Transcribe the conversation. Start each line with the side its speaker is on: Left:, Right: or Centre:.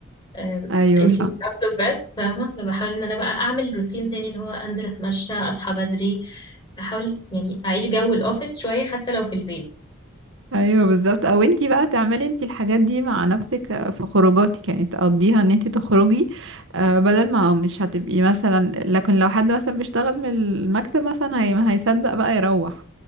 Left: آه،
Right: ايوه
Left: انت
Right: صح
Left: لابتوب بس فاهمه انا بحاول ان انا بقى اعمل روتين تاني اللي هو انزل اتمشى اصحى بدري احاول يعني اعيش جو الاوفيس شويه حتى لو في البيت
Right: ايوه بالظبط او انتي بقى تعملي انتي الحاجات دي مع نفسك آه، في خروجاتك يعني تقضيها ان انتي تخرجي آه، بدل ما مش هتبقي مثلا لكن لو حد مثلا بيشتغل من المكتب مثلا هي ما هيصدق بقى يروح